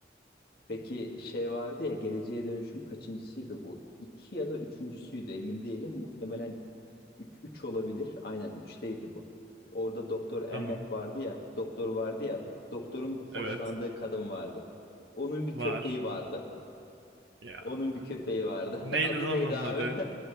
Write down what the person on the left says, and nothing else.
Peki şey vardı ya Geleceğe Dönüş'ün kaçıncısıydı bu? İki ya da üçüncüsüydü emin değilim. Muhtemelen 3 olabilir. Aynen üçteydi bu. Orada Doktor Emmet
vardı ya. Doktor vardı ya. Doktorun hoşlandığı
kadın vardı. Onun bir
köpeği vardı.
Onun bir köpeği vardı.
<laughs> Adı
neydi
abi?